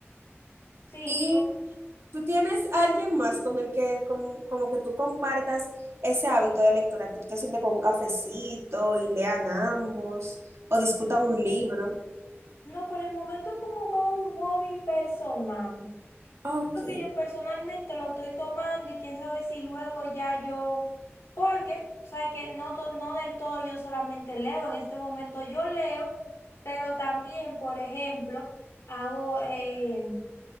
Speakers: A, on the left; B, on the right.
A: sí,
B: y
A: po-
B: ¿Tú tienes alguien más con el que como, como que tú compartas ese hábito de lectura, que tú te sientes con un cafecito y lean ambos o discutan un libro?
A: no, por el momento es como más un hobby personal.
B: Ok,
A: lo que yo personalmente lo estoy tomando y quién sabe si luego ya yo, porque, sabes que no, to- no del todo yo solamente leo, en este momento yo leo, pero también, por ejemplo, hago, eh,